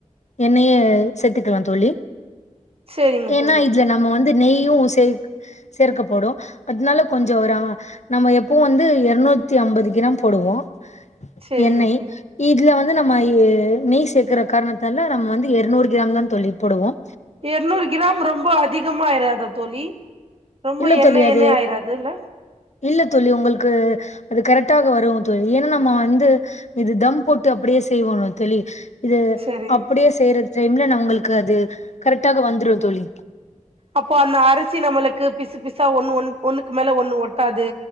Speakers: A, on the left; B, on the right.
A: எண்ணெயே சேத்துக்கலாம் தோழி
B: செரிங்க
A: ஏன்னா
B: தோழி
A: இதுல நம்ம வந்து நெய்யும் சேர்க் சேர்க்கப்படும் அதனால கொஞ்சம் ஒரு அஹ் நம்ம எப்பவும் வந்து எருநூத் நூற்றி ஐம்பது கிராம் போடுவோம்
B: செரிங்க
A: எண்ணெய்
B: தோழி
A: இதுல வந்து ந்து நம்ம இ நெய் சேர்க்கற காரணத்தால நம்ம வந்து எருநூறு கிராம் தான் தோழி போடுவோம்
B: எருநூறு கிராம் ரொம்ப அதிகமா ஆயிறாதா தோழி ரொம்ப
A: இல்ல
B: எண்ணை
A: தோழி அது
B: எண்ணையா ஆயிறாதுல்ல
A: இல்ல தோழி உங்களுக்கு அது கரெக்ட்டாக வருவும் தோழி ஏன்னா நம்ம வந்து இது தம் போட்டு அப்படியே செய்வோம்ல தோழி இது
B: செரி
A: அப்படியே செய்யறது டைம்ல நான் உங்களுக்கு அது கரெக்ட்டாக வந்துடும் தோழி
B: அப்போ அந்த அரசி நம்மளுக்கு பிசு பிசா ஒன்னு ஒன்னு ஒன்னுக் மேல ஒன்னு ஒட்டாது